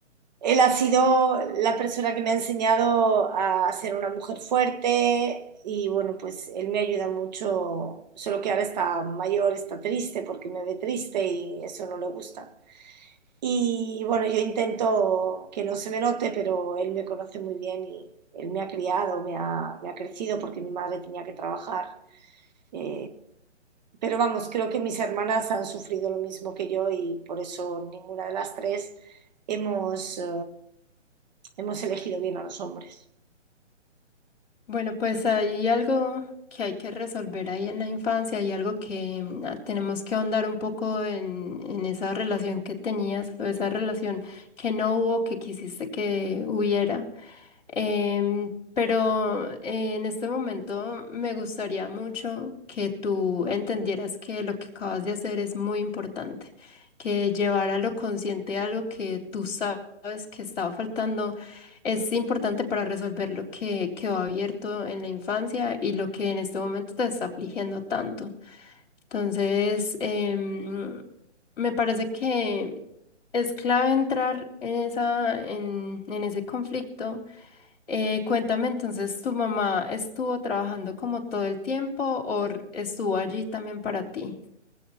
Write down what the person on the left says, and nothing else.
Bueno, pues hay algo que hay que resolver ahí en la infancia, hay algo que mm, ah, tenemos que ahondar un poco en, en esa relación que tenías o esa relación que no hubo, que quisiste que hubiera. Em, pero eh, en este momento me gustaría mucho que tú entendieras que lo que acabas de hacer es muy importante, que llevar a lo consciente algo que tú sabes que estaba faltando es importante para resolver lo que quedó abierto en la infancia y lo que en este momento te está afligiendo tanto. Entonces, em, me parece que es clave entrar en esa, en, en ese conflicto. Eh, cuéntame entonces, ¿tu mamá estuvo trabajando como todo el tiempo o r- estuvo allí también para ti?